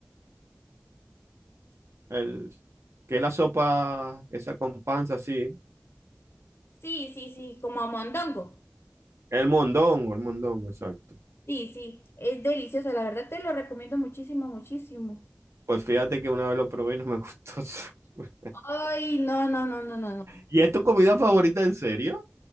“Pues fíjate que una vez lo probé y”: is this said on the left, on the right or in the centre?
Right